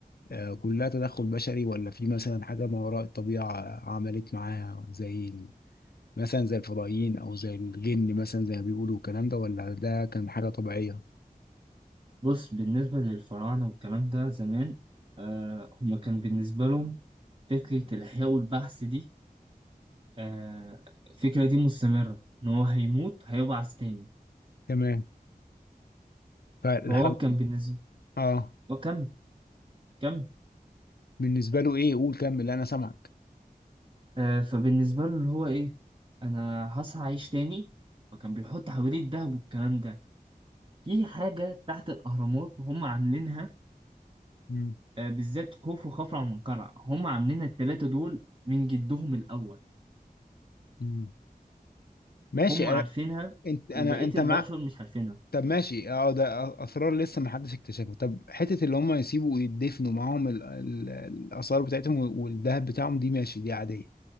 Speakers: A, on the left (about 85°); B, on the right (about 35°).
A: آه، كلها تدخل بشري ولا في مثلا حاجة ما وراء الطبيعة عملت معاها زي مثلا زي الفضائيين او زي الجن مثلا زي ما بيقولوا الكلام ده ولا ده كان حاجه طبيعيه
B: بص بالنسبة للفراعنة والكلام ده زمان آه هم كان بالنسبة لهم فكرة الإحياء والبعث دي آه، الفكرة دي مستمرة إن هو هيموت هيبعث تاني
A: تمام فالحاجه
B: فهو كان بالنسبة
A: اه
B: وكمل كمل
A: بالنسبه له ايه قول كمل انا سامعك
B: آه، فبالنسبة له اللي هو إيه أنا هصحى أعيش تاني فكان بيحط حواليه الدهب والكلام ده في حاجة تحت الأهرامات هم عاملينها
A: مم.
B: آه، بالذات خوف وخفرع ومنقرع هم عاملينها التلاتة دول من جدهم الأول
A: مم. ماشي
B: هم عارفينها
A: انا انت انا
B: وبقية
A: انت
B: البشر
A: مع
B: مش عارفينها
A: طب ماشي اه ده اسرار لسه ما حدش اكتشفها طب حته اللي هم يسيبوا ويدفنوا معاهم ال- ال- الاثار بتاعتهم والذهب بتاعهم دي ماشي دي عاديه